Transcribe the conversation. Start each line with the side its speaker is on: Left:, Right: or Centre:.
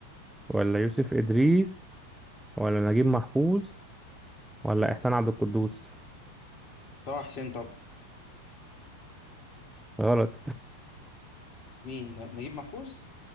Centre: ولا يوسف إدريس ولا نجيب محفوظ ولا إحسان عبد القدوس
Left: طه حسين طب
Centre: غلط
Left: مين ن- نجيب محفوظ؟